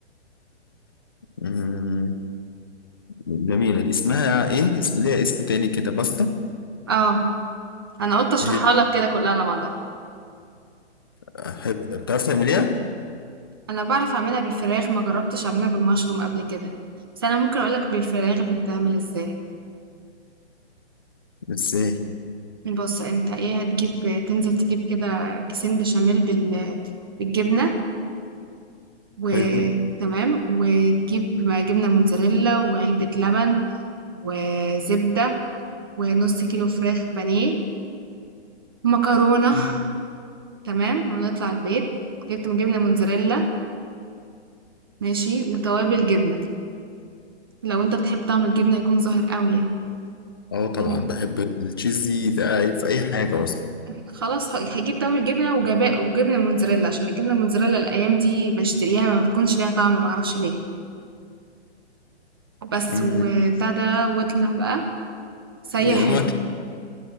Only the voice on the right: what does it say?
اه انا قلت اشرحها
لك كده كلها على بعضها
انا بعرف اعملها بالفراخ ما جربتش اعملها بالمشروم قبل كده بس انا ممكن اقول لك بالفراخ بتتعمل ازاي
بص انت ايه هتجيب تنزل تجيب كده كيسين بشاميل بال بالجبنه وتمام
وتجيب جبنة موتزاريلا وعلبة لبن وزبدة ونص كيلو فراخ بانيه مكرونة
تمام ونطلع البيت جبت جبنة موتزاريلا ماشي وتوابل جبنة لو انت بتحب طعم الجبنة يكون ظاهر قوي يعني
تمام
خلاص ه- هجيب طعم الجبنة وجبا- وجبنة موتزاريلا عشان الجبنة موتزاريلا الأيام دي بشتريها ما بتكونش ليها طعم معرفش ليه بس
وبتاع ده واطلع بقى سيح
ال-